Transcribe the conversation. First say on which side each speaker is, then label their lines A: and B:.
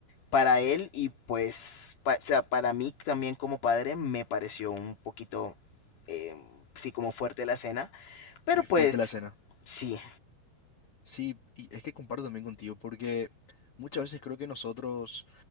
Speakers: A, on the left (about 50°); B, on the left (about 80°).
A: para él y pues pa- o sea, para mí también como padre me pareció un poquito, eh, sí, como fuerte la escena, pero
B: Muy
A: pues
B: fuerte la escena.
A: sí,
B: Sí, y es que comparto también contigo, porque muchas veces creo que nosotros